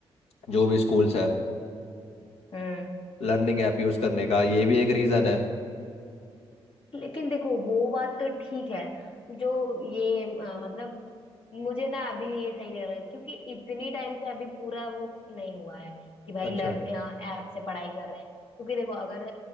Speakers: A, on the left; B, on the left.
A: जो भी स्कूल्स हैं
B: हम्म
A: लर्निंग ऐप यूज़ करने का ये भी एक रीज़न है
B: लेकिन देखो वो बात तो ठीक है जो ये अ, मतलब मुझे ना अभी ये सही नहीं लग रहा क्योंकि इतनी टाइम से अभी पूरा वो नहीं हुआ है कि भाई
A: अच्छा
B: लर्न ऐप से पढ़ाई कर रहे हैं क्योंकि देखो अगर